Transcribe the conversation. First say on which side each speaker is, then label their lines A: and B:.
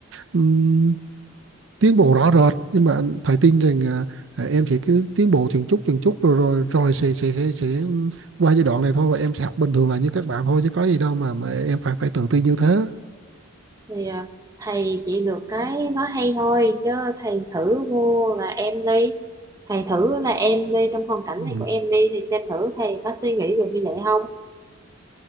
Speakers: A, on the right; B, on the right.
A: ừm, tiến bộ rõ rệt nhưng mà anh- thầy tin rằng à, à, em sẽ cứ tiến bộ từng chút từng chút rồi rồi rồi sẽ sẽ sẽ, sẽ qua giai đoạn này thôi và em sẽ học bình thường là như các bạn thôi chứ có gì đâu mà mà em phải phải tự tin như thế
B: thì ờ, thầy chỉ được cái nói hay thôi chứ thầy thử vô là em đi thầy thử là em đi trong hoàn cảnh
A: Ừ.
B: này của em đi thì xem thử thầy có suy nghĩ được như vậy không